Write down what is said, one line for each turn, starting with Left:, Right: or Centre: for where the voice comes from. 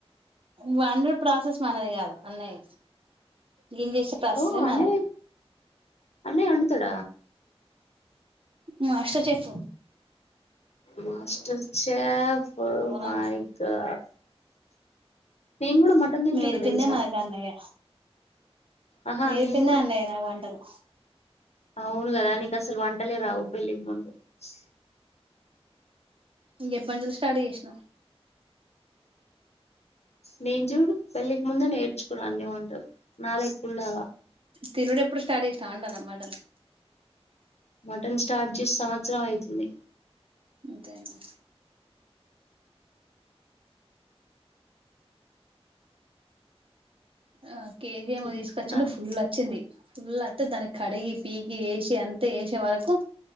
Right: వండర్ ప్రాసెస్ మనది కాదు అన్నయ్య క్లీన్ చేసే ప్రాసెసే
Left: ఓ
Right: మనది
Left: అన్నే అన్నే ఉం తడ
Right: మాస్టర్చేఫ
Left: మాస్టర్స్ చె
Right: ఘోరంగా
Left: మయకా నను కూడా కూడా మటన్ తన్
Right: నేర్పిందే
Left: చూంట వెలుసా
Right: మనకు అన్నయ్య
Left: ఆహా
Right: నేర్పిందే
Left: నేను
Right: అన్నాయి నాకు వంటలు
Left: అవును కదా నీకు అసలు వంటలే రావు పెళ్లికి ముందు స
Right: ఇంక ఎబ్బజలు స్టార్ట్ చేసిన
Left: నేను చూడు పెళ్ళికి ముందే నేర్చుకున్నా అన్న ఉంటారు నాళకుళవాా
Right: తినుడు ఎప్పుడు స్టార్ట్ ఇస్తాం అంటాలన్నమాటలు
Left: మటన్ స్టార్ట్ చేసి సంవత్సర అయితుంది
Right: అదేనా ఆ కెబిఎంకి
Left: తింటున్నాను
Right: తీసుకొచ్చిండు ఫుల్ వచ్చింది. ఫుల్ అంతే దాని కడిగి పీకి ఏసి అంతే ఏసే వరకు